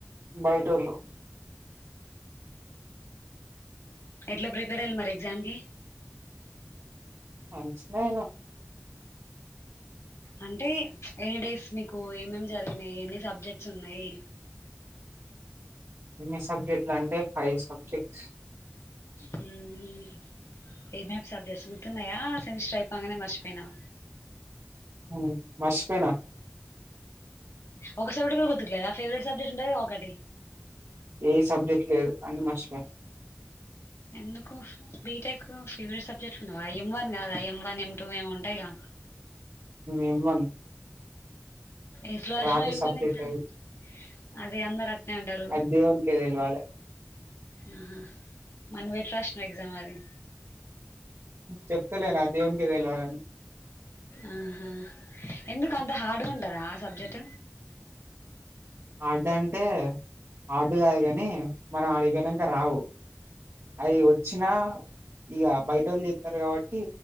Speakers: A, on the right (about 85°); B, on the left (about 80°).
A: బయటోళ్ళు
B: ఎట్లా ప్రిపేర్ అయిలు మరి ఎగ్జామ్స్ కి
A: అంచిన అయినా
B: అంటే ఎనీ డేస్ మీకు ఏమేం జరిగినాయి ఎన్ని సబ్జెక్ట్స్ ఉన్నాయి
A: ఎన్ని సబ్జెక్ట్లు అంటే ఫైవ్ సబ్జెక్ట్స్
B: హ్మ్ ఏం ఏం సబ్జెక్స్ గుర్తున్నాయా సెమిస్టర్ అయిపోగానే మర్చిపోయినావ
A: హ్మ్ మర్చిపోయిన
B: ఒక సబ్జెక్ట్ కూడా గుర్తుకులేదా ఫేవరెట్ సబ్జెక్ట్ ఉంటది కదా ఒకటి
A: ఏ సబ్జెక్ట్ లేదు అని మర్చిపోయా
B: ఎందుకు బీటెక్ ఫేవరెట్ సబ్జెక్ట్లు ఉండవ ఎం వన్ కాదా ఎం వన్ ఎం టూ ఏం ఉంటాయి గా
A: ఏం వన్
B: ఎట్ల రాసినావ్
A: రాడ్
B: ఏం
A: సబ్జెక్ట్
B: వన్ ఎగ్జామ్
A: అది
B: అది అందరు అట్నే అంటారు
A: అది దేవునికే తెలవాలి
B: ఆహా మరీ నువ్వు ఎట్ల రాసినవు ఎగ్జామ్ అది
A: చెప్తలేనా దేవునికి తెలవాలని
B: ఆహా ఎందుకు అంత హార్డ్గా ఉంటదా ఆ సబ్జెక్ట్
A: హార్డ్ అంటే హార్డ్ కాదు కాని మనం ఆడికి పోయినక రావు అయి వచ్చినా ఇక బయట వాళ్ళు చెప్తారు కాబట్టి